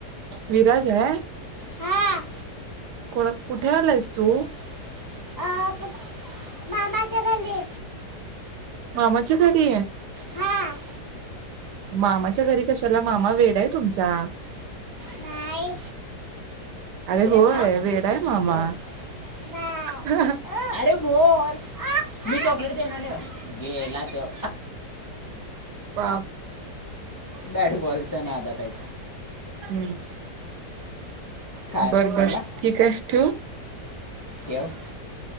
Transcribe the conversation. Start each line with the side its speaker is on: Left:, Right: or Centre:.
Right: विराज है.
Left: हा
Right: कोण, कुठे आलायस. तू.
Left: चॉकलेट अ पप मामाच्या घरी.
Right: मामाच्या घरी हे,
Left: हा
Right: मामाच्या घरी कशाला मामा वेड आहे तुमचा,
Left: नाही
Right: अरे हो.
Left: ए
Right: अ
Left: थांब की
Right: वेडा आहे मामा
Left: बोल नाही
Right: ह ह.
Left: अरे बोल मी चॉकलेट देणार न, गेला तो.
Right: बाप
Left: बॅट बॉलच्या नादात हाय.
Right: हम,
Left: काय
Right: बर-बर
Left: म्हणला
Right: ठीक आहे, ठू.
Left: ठेव.